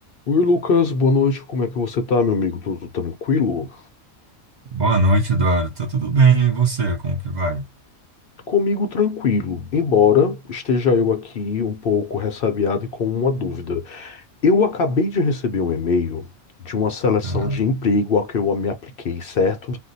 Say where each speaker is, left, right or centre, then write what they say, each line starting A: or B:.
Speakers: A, on the left; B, on the right.
A: Oi, Lucas, boa noite. Como é que você tá, meu amigo? Tudo tranquilo?
B: Boa noite, Eduardo. Tá tudo bem? E você? Como que vai?
A: Comigo tranquilo, embora esteja eu aqui um pouco ressabiado e com uma dúvida. Eu acabei de receber um e-mail de uma seleção
B: Ah,
A: de emprego ao que eu me apliquei, certo?